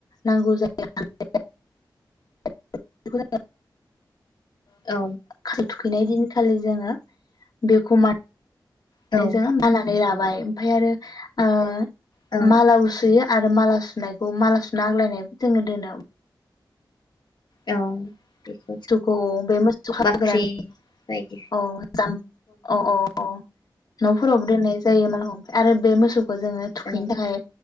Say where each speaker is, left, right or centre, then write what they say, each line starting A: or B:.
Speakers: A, on the left; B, on the left.
A: नांगौ जायो <unintelligible> <inaudible> <unintelligible>
B: औ
A: खैनाय दिनखालि जोङो बेखौ मा
B: औ
A: माने जोङो माला नै लाबाय ओमफाय आरो ओ
B: औ
A: मालाबो सुयो। आरो माला सुनायखौ माला सुना आग्लायनायबो जोंनो दोनो।
B: औ
A: <unintelligible>
B: <unintelligible>
A: खौ बे मोसौ हाग्रानि
B: बाख्रि बायदि
A: औ <unintelligible> औ औ। न'फोरावबो दोननाय जायो <unintelligible> आरो बे मोसौ खो जोङो थुखैनो
B: औ
A: थाखाय